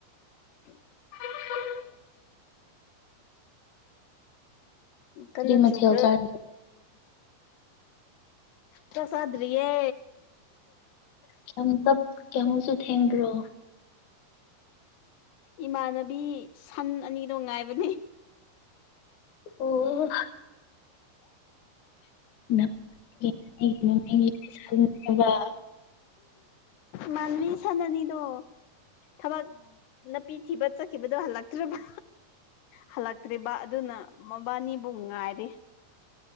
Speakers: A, on the left; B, on the left.
A: <unintelligible>
B: <unintelligible>
A: ꯀꯟꯅ
B: ꯀꯔꯤ ꯃꯊꯦꯜ
A: ꯆꯨꯕ꯭ꯔꯣ
B: ꯅꯣꯏꯗꯤ
A: ꯆꯥꯛ ꯆꯗꯔꯤꯌꯦ
B: ꯀꯝꯇ ꯀꯃꯣꯁꯨ ꯊꯦꯡꯒ꯭ꯔꯣ
A: ꯏꯃꯥꯟꯅꯕꯤ ꯁꯟ ꯑꯅꯤꯗꯣ ꯉꯥꯏꯕꯅꯦ
B: ꯑꯣ <unintelligible>
A: ꯃꯥꯟꯕꯤ ꯁꯥꯟ ꯑꯅꯤꯗꯣ ꯊꯕꯥꯛ ꯅꯥꯄꯤ ꯊꯤꯕ ꯆꯠꯈꯤꯕꯗꯣ ꯍꯜꯂꯛꯇ꯭ꯔꯔꯤꯕ ꯍꯜꯂꯛꯇ꯭ꯔꯤꯕ ꯑꯗꯨꯅ ꯃꯕꯥꯅꯤꯕꯨ ꯉꯥꯏꯔꯤ